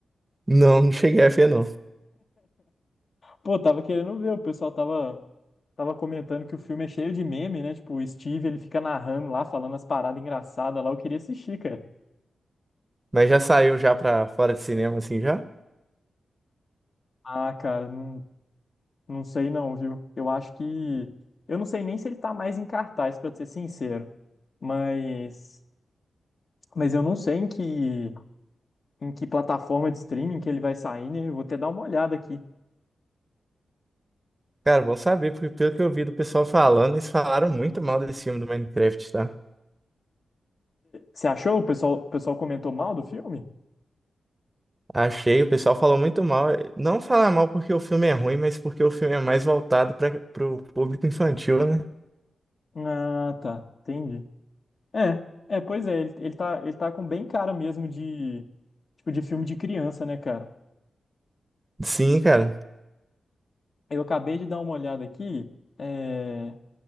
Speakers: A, on the right (about 25°); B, on the left (about 55°).
A: Não, não cheguei a ver, não.
B: Pô, tava querendo ver. O pessoal tava... tava comentando que o filme é cheio de meme, né? Tipo, o Steve, ele fica narrando lá, falando as paradas engraçadas lá. Eu queria assistir, cara.
A: Mas já saiu já pra fora de cinema, assim, já?
B: Ah, cara, não. Não sei não, viu? Eu acho que. Eu não sei nem se ele tá mais em cartaz, pra ser sincero. Mas. Mas eu não sei em que, em que plataforma de streaming que ele vai sair, né? Eu vou até dar uma olhada aqui.
A: Cara, bom saber, porque pelo que eu vi do pessoal falando, eles falaram muito mal desse filme do Minecraft, tá?
B: Você achou? O pessoal, o pessoal comentou mal do filme?
A: Achei, o pessoal falou muito mal. Não falar mal porque o filme é ruim, mas porque o filme é mais voltado para pro público infantil, né?
B: Ah, tá. Entendi. É, é, pois é, ele, ele tá, ele tá com bem cara mesmo de, tipo, de filme de criança, né, cara?
A: Sim, cara.
B: Eu acabei de dar uma olhada aqui, é,